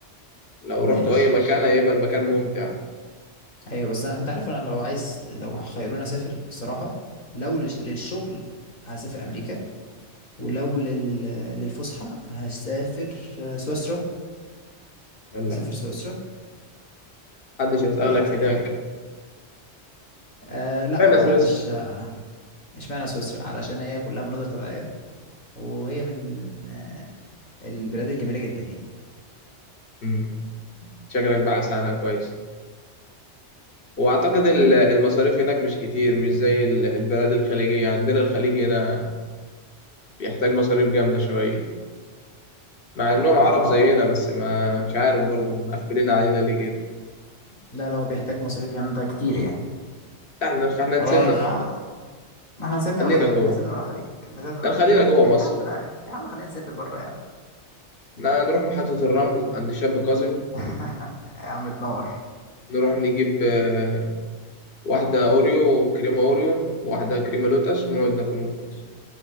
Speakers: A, on the left (about 55°); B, on the left (about 40°).
A: لو
B: ماشي
A: رحت أي مكان هيبقى المكان ممتع
B: ايوه بس أنا انت عارف انا لو عايز لو خيروني اسافر الصراحه لو للش- للشغل هسافر امريكا ولو لل... للفسحه هسافر سويسرا
A: يلا
B: هسافر سويسرا
A: محدش هيسألك
B: دي احسن
A: هناك
B: حاجه يعني أه لا
A: فين
B: محدش
A: سويسرا
B: آه، اشمعنى سويسرا علشان هي كلها مناظر طبيعيه وهي من آه، البلاد الجميله جدا يعني
A: أمم، شكلك بقى عنها كويس وأعتقد ال- المصاريف هناك مش كتير مش زي ال- البلاد الخليجية عندنا الخليج هنا بيحتاج مصاريف جامدة شوية مع انهم
B: اه
A: عرب زينا بس ما مش عارف برضو مقفلين علينا ليه كده
B: لا لو بيحتاج مصاريف جامده كتير يعني
A: احنا احنا نسيبنا
B: هو ما احنا نسيبنا
A: خلينا
B: من الخليج
A: جوه
B: نسيبنا من الخليج نسيبنا من
A: لا
B: الخليج
A: خلينا جوه
B: ليه يا
A: مصر
B: عم لا يا عم خلينا نسافر بره
A: ن- نروح محطة الرمل عند الشاب كاظم
B: <laughs> يا عم تنور
A: نروح نجيب آه، واحدة أوريو وكريمة أوريو وواحدة كريمة لوتس ونقعد ناكلهم وخلاص